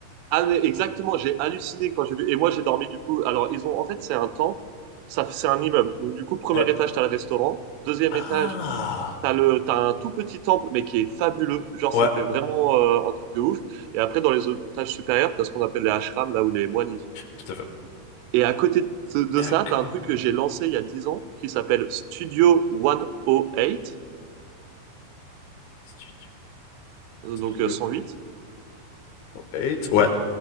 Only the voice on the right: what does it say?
Ah mais exactement, j'ai halluciné quand j'ai vu. Et moi, j'ai dormi du coup. Alors, ils ont en fait, c'est un temple. Ça, c'est un immeuble. Donc du coup, premier
étage, t'as le restaurant. Deuxième
étage, t'as le, t'as un tout petit temple, mais qui est fabuleux. Genre,
ça fait vraiment euh, un truc de ouf. Et après, dans les étages supérieurs, t'as ce qu'on appelle les ashrams, là où les moines y vivent.
Et à côté de de
ça, tu as un truc que j'ai lancé il y a 10 ans qui s'appelle Studio 108,
euh,
donc euh, 108.